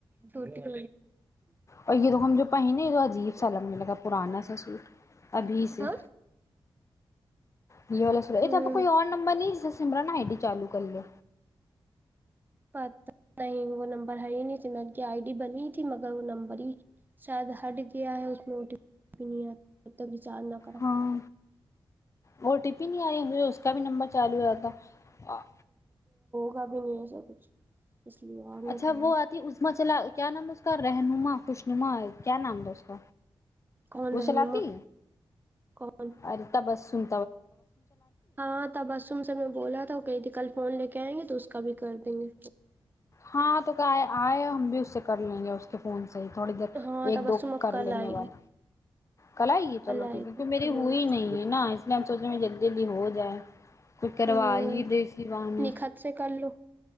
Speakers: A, on the right; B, on the left.
A: توٹ ک
B: اور یہ د ہم جو پہییںے یہ تو عجیب سا الگ منے لگا پرانا سا سوٹ ابھی سے
A: ہاں
B: یہی والا سو یہ
A: ہوں
B: تو آپ کوئی اور نمبر نہیں سمران آئی ڈٹی چالو کر ل
A: پ نہیں وہ نمبر ہ ہی نہیں ت میں کی آئی ڈی بنی تھی مگر وہ نمبر ہی شاید ہٹ گیا ہے اس بھی نہیں آتا تک چال نہ کرو
B: ہاں او ٹی پی نہیں آ رہی مجھے اس کا بھی نمبر چالو ہو رہا تھا
A: کا بھی نہیں ایسا کچھ اس لیے اور نہیں
B: اچھا
A: کرنا
B: وہ آتی اما چلا کیا نام ہے اس کر رہنما خوش نما کیا نام دوست
A: کون
B: وہ
A: رہنما
B: چلاتی
A: کون
B: ارے ت بس سن
A: ہاں ت بسم سے میں بولا تھا کہیں تھی کل فون لے کے کہیں گے تو اس کا بھی کر دیں گے
B: ہاں تو کیا آئے ہم بھی اس سے کر لیں گے اس کے فون سے صحیح تھوڑی دیر
A: ہاں
B: ایک
A: تبسم
B: دو کو
A: اب
B: کر
A: کل
B: لیں
A: آئے
B: گے بعد
A: گی
B: کل آئی ہے چلو
A: آئے
B: ٹھیک ہے کی
A: گی
B: میری
A: ہاں
B: ہوئی ہی نہیں ہے نا اس لیے ہم سوچے جلدی جلدی ہو جائے تو کروا
A: ہوں
B: ہی دیسی پانی
A: نکھت سے کر لو